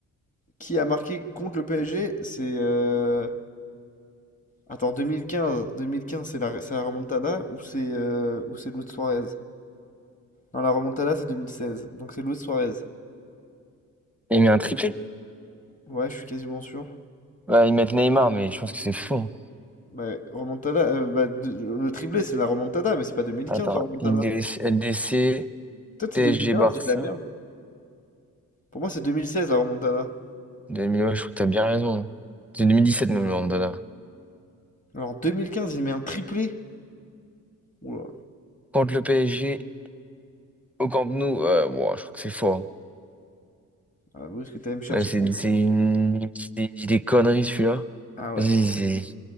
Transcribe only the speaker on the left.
Qui a marqué contre le PSG? C'est euh, attends 2015. 2015, c'est la c'est la remontada ou c'est euh, ou c'est Luis Suarez? Non, la remontada c'est 2016. Donc c'est Luis Suarez.
Ouais, je suis quasiment sûr.
Ouais, remontada, euh, bah, de- le triplé c'est la remontada, mais c'est pas 2015
la remontada.
Peut-être
c'est 2015,
je dis de la merde. Pour moi, c'est 2016 la remontada.
Alors, en 2015, il met un triplé. Oula.
Ah, Bruce, que t'allais me chercher.
Ah ouais.